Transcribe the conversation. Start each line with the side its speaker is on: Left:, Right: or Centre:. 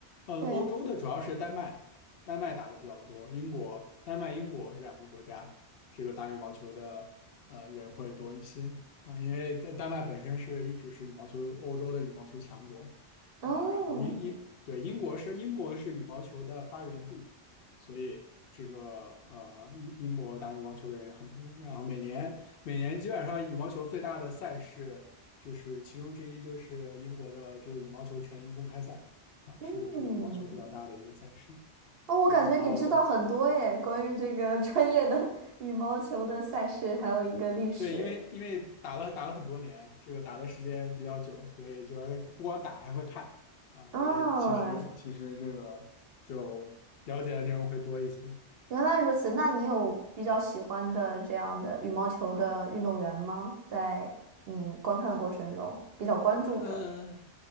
Left: 嗯，
Right: 对，
Left: 欧洲的主要是丹麦，丹麦打的比较多，英国、丹麦、英国这两个国家，这个打羽毛球的呃人会多一些啊，因为丹丹麦本身是一直是羽毛球欧洲的羽毛球强国，
Right: 哦，
Left: 呃，然后英英对英国是英国是羽毛球的发源地，所以这个呃英英国打羽毛球的人也很多，然后每年每年基本上羽毛球最大的赛事。就是其中之一就是英国的这个羽毛球全英公开赛啊，
Right: 嗯。
Left: 是这个羽毛球比较大的一个赛事。
Right: 哦，我感觉你知道很多耶，
Left: 对，然后
Right: 关于这个 <laughs> 专业的 <laughs> 羽毛球的赛事，还有一个历史。
Left: 对，因为因为打了打了很多年，这个打的时间比较久，所以就是不光打还会看啊，
Right: 啊，
Left: 所以其实其实这个就了解的内容会多一些。
Right: 原来如此。那你有比较喜欢的这样的羽毛球的运动员吗？在你观看的过程中，比较关注的？
Left: 呃，